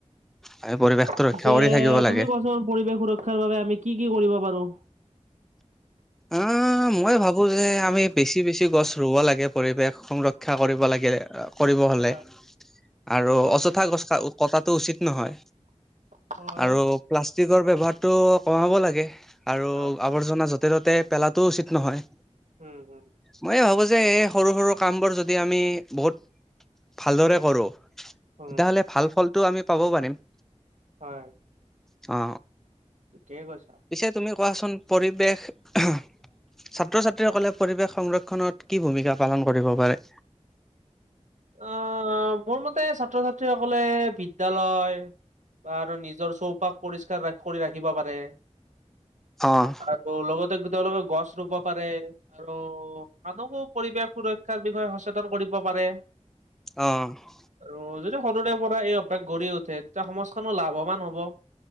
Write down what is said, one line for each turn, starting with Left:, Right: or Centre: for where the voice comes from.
Centre: আমি পৰিৱেশটো
Right: পিছে
Centre: ৰক্ষা কৰি থাকিব
Right: তুমি
Centre: লাগে।
Right: কোৱাচোন পৰিৱেশ সুৰক্ষাৰ বাবে আমি কি কি কৰিব পাৰো
Centre: অ মই ভাবো যে আমি বেছি বেছি গছ ৰুব লাগে পৰিৱেশ সংৰ ক্ষা কৰিব লাগে কৰিব হ'লে
Right: হয়
Centre: আৰু
Right: হয়
Centre: অযথা গছ কটাটো উচিত নহয়
Right: হয়
Centre: আৰু প্লাষ্টিকৰ ব্যৱহাৰতো কমাব লাগে, আৰু
Right: হয়
Centre: আৱৰ্জনা যত ত'তে পেলাটোও উচিত নহয়।
Right: উম হুম'
Centre: ময়ে ভাবো যে এই সৰু সৰু কামবোৰ যদি আমি বহুত ভালদৰে কৰো তেতিয়াহলে
Right: উম
Centre: ভাল ফলটো আমি পাব পাৰিম
Right: হয়
Centre: অ
Right: ঠিকেই কৈছা।
Centre: পিছে তুমি কোৱাচোন পৰিৱেশ ছাত্ৰ ছাত্ৰীসকলে পৰিৱেশ সংৰক্ষণত কি ভূমিকা পালন কৰিব পাৰে?
Right: আহ মোৰ মতে ছাত্ৰ ছাত্ৰীসকলে বিদ্যালয় বা আৰু নিজৰ চৌপাশ পৰিষ্কাৰ কৰি ৰাখিব পাৰে।
Centre: অহ'
Right: আৰু লগতে তেওঁলোকে গছ ৰুব পাৰে, আৰু আনকো পৰিৱেশ সুৰক্ষাৰ বিষয়ে সচেতন কৰিব পাৰে।
Centre: অহ'
Right: আৰু যদি সৰুৰে পৰা এই অভ্যাস গঢ়ি উঠে তেতিয়া সমাজখনো লাভৱান হ'ব।